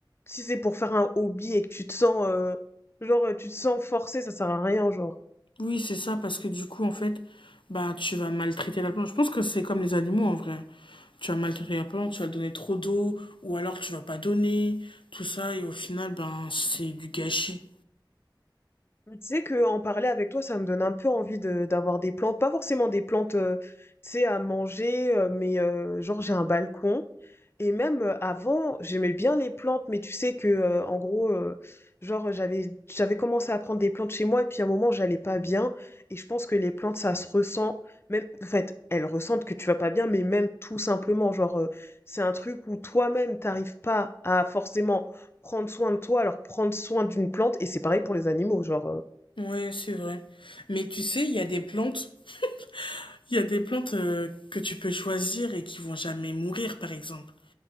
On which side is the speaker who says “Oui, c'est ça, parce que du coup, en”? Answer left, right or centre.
Left